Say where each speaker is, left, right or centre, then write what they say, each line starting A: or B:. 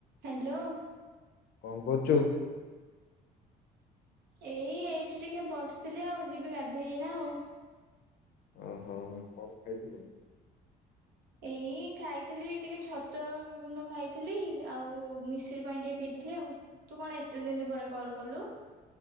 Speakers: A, on the right; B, on the left.
A: Hello.
B: କଣ କରୁଛୁ?
A: ଏଇ ଏଇଠି ଟିକେ ବସିଥିଲି ଆଉ, ଯିବି ଗାଧେଇ ଏଇନା ଆଉ।
B: ଓହୋ ହ କଣ ଖାଇଥିଲୁ?
A: ଏଇ ଖାଇଥିଲି ଟିକେ ଛତୁଆ ଗୁଣ୍ଡ, ଖାଇଥିଲି ଆଉ ମିଶ୍ରି ପାଣି ଟିକେ ପିଇଥିଲି ଆଉ। ତୁ କଣ ଏତେ ଦିନ ପରେ କଲ କଲୁ?